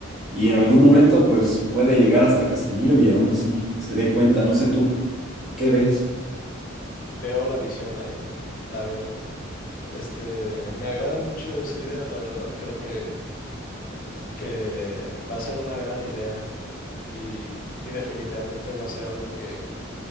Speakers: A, in the centre; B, on the left.
A: Y en algún momento, pues puede llegar hasta Casimiro y aún así se dé cuenta, no sé tú, ¿qué ves?
B: Veo la visión ahí, la veo. Este, me agrada mucho esa idea, la verdad. Creo que, que va a ser una gran idea y, y definitivamente va a ser algo que,